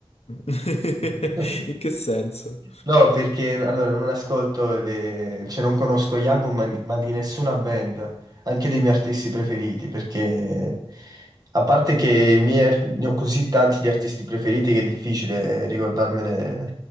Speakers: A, on the left; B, on the right.
A: <laughs>
B: <laughs>
A: In che senso?
B: No, perché allora non ascolto, le... cioè non conosco gli album, ma, ma di nessuna band, anche dei miei artisti preferiti, perché a parte che i miei ar- ne ho così tanti di artisti preferiti che è difficile ricordarmene